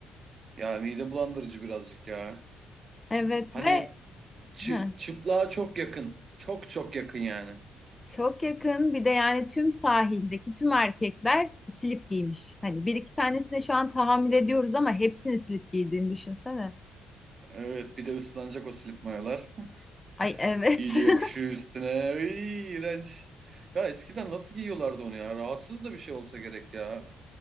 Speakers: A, on the right; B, on the left.
A: Ya mide bulandırıcı birazcık ya.
B: <laughs> Evet
A: Hani
B: ve
A: çı-
B: <laughs>
A: çıplığa çok yakın. Çok çok yakın yani.
B: Çok yakın. Bir de yani tüm sahildeki tüm erkekler slip giymiş. Hani bir iki tanesine şu an tahammül ediyoruz ama hepsini slip giydiğini düşünsene.
A: Evet bir de ıslanacak o slip mayolar.
B: Ay evet.
A: <laughs> İyice yapışıyor
B: <laughs>
A: üstüne. Iy, iğrenç. Ya eskiden nasıl giyiyorlardı onu ya? Rahatsız da bir şey olsa gerek ya.